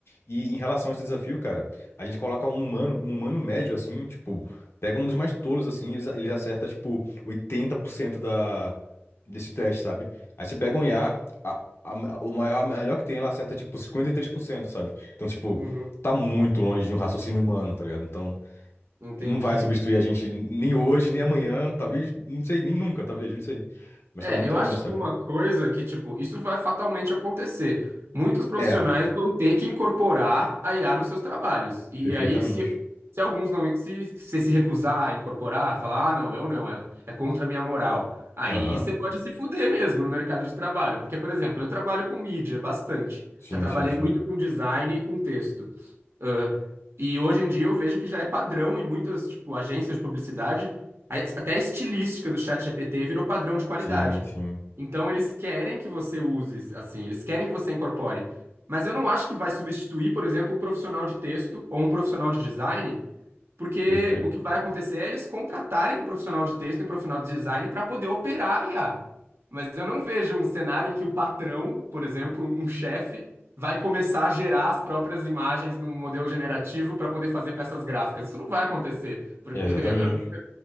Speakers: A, on the left (about 65°); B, on the right (about 70°).
A: E em relação a esse desafio, cara, a gente coloca um humano, um humano médio, assim, tipo, pega um dos mais tolos, assim, eles, eles acerta, tipo, 80% da, desse teste, sabe? Aí você pega um IA, a- a- a- o maior, a melhor que tem, ela acerta, tipo, cinquenta e três por cento sabe? Então, tipo,
B: Uhum.
A: tá muito longe de um raciocínio humano, tá ligado? Então.
B: Entendi.
A: Não vai substituir a gente nem hoje, nem amanhã, talvez, não sei, nem nunca, talvez, não sei. Mas
B: É,
A: tá muito
B: eu
A: longe,
B: acho
A: sabe?
B: que uma coisa que, tipo, isso vai fatalmente acontecer. Muitos profissionais
A: É,
B: vão ter que incorporar a IA nos seus trabalhos. E
A: perfeitamente.
B: aí, se, se alguns não, se você se recusar a incorporar, falar, ah, não, eu não, é, é contra a minha moral. Aí
A: Aham.
B: você pode se fuder mesmo no mercado de trabalho. Porque, por exemplo, eu trabalho com mídia bastante.
A: Sim,
B: Já trabalhei
A: sim, sim.
B: muito com design e com texto. Ãh, e hoje em dia eu vejo que já é padrão em muitas, tipo, agências de publicidade a- Até a estilística do ChatGPT virou padrão de qualidade.
A: Sim, sim.
B: Então eles querem que você use, assim, eles querem que você incorpore. Mas eu não acho que vai substituir, por exemplo, um profissional de texto ou um profissional de design, porque
A: Perfeito.
B: o que vai acontecer é eles contratarem um profissional de texto e um profissional de design para poder operar a IA. Mas eu não vejo um cenário em que o patrão, por exemplo, um chefe, vai começar a gerar as próprias imagens num modelo generativo para poder fazer peças gráficas. Isso não vai acontecer. Porque
A: É,
B: eu,
A: exatamente.
B: eu